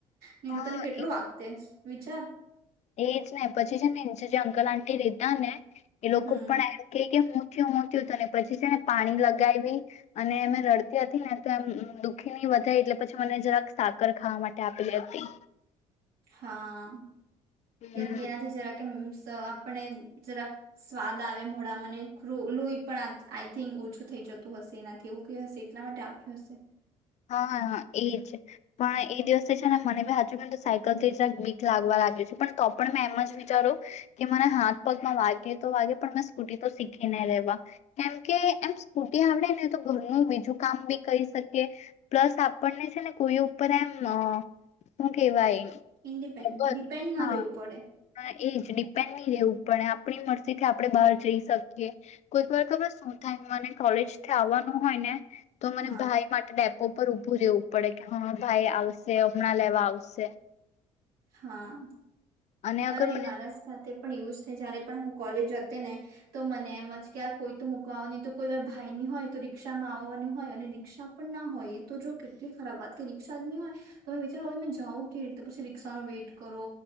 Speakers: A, on the right; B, on the left.
A: નહી
B: હા
A: તો તને કેટલું વાગતે. વિચાર.
B: એજ ને પછી છે અંકલ આંટી રેતા ને એ લોકો
A: હમ
B: પણ એ કેય કે હું થયું હું થયું તને પછી છે ને પાણી લગાયવી અને એમે રડતી હતી ને તો એમ દુઃખી નહીં વધાય એટલે પછી મને જરાક સાકર ખાવા માટે આપેલી હતી.
A: હા. કેમ
B: હમ
A: કે એનાથી જરા કેમ ત આપને જરાક સ્વાદ આવે મોડા મને લોહી પણ આઈ થિંક ઓછું થઈ જતું હશે એનાથી એવું કઈ હશે એટલા માટે આપ્યું હશે.
B: હા એજ પણ એ દિવસથી છે ને મને બી હાચું કે સાયકલ થી છે બીક લાગવા લાગી છે પણ તો પણ મેં એમ જ વિચારું કે મરા હાથ પગમાં વાગે તો વાગે પણ મેં સ્કૂટી તો શીખી ને રેવા કેમકે એમ સ્કૂટી આવડે ને તો ઘરનું બીજું કામ બી કરી શકીએ પ્લસ આપણને છે ને કોઈ ઉપર એમ હું કેવાય
A: ઇન્ડિપેન્ડ
B: ખબર
A: ડિપેન્ડ ના
B: હા
A: રેવું પડે.
B: હા એજ ડિપેન્ડ ની રેવું પડે આપણી મરજી થી આપડે બહાર જઈ શકીએ કોઈક વાર ખબર શું થાય મને કોલેજ થી આવવાનું હોય ને તો મને
A: હા
B: ભાઈ માટે ડે ઉપર ઊભું રેવું પડે કે હા ભાઈ આવશે હમણાં લેવા આવશે.
A: હા.
B: અને અગર
A: અરે
B: મને
A: મારા સાથે પણ એવુંજ થાય જયારે પણ હું કોલેજ ને તો મને એમ જ કાર કોઈ તો મૂકવાવા ન તો કોઈ વાર ભાઈ ની હોય તો <unintelligible> આવવાની હોય અને <unintelligible> પણ ના હોય. તો જો કેટલી ખરાબ વાત કરી. <unintelligible> હોય તમે વિચારો મે જાવં કે રીતે પછી રિક્ષા ન વેટ કરો